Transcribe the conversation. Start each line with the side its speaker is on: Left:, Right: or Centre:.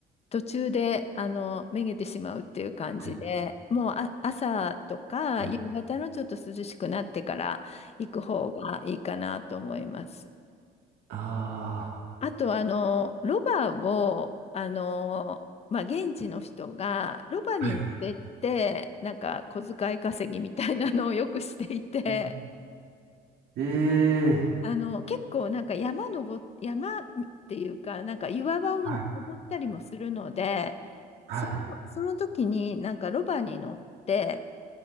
Left: 途中で、あのめげてしまうっていう感じで、
Right: はい。
Left: もうあ、朝とか夕方のちょっと涼しくなってから行く方がいいかなと思います。
Right: はい。あ
Left: あと、あのロバを、あのまあ、現地の人がロバに乗せて、
Right: あー、はい。
Left: なんか小遣い稼ぎみたいなのをよくしていて、
Right: うんええ
Left: あの、結構なんか山登っ、山っていうか、なんか岩場を登ったりもするので、
Right: はい。はい。
Left: その、その時になんかロバに乗って